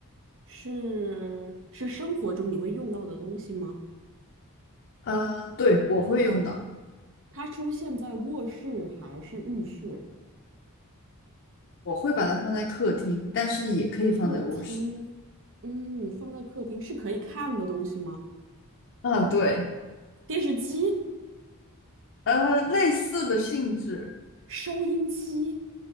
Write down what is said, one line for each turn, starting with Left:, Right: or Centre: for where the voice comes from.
Right: 是是生活中你会用到的东西吗？
Left: 呃，对，我会用到。
Right: 它出现在卧室还是浴室、
Left: 我会把它放在客厅，但是也可以放在卧室。
Right: 客厅？嗯，放在客厅是可以看的东西吗？
Left: 啊，对，
Right: 电视机、
Left: 呃，类似的性质，
Right: 收音机、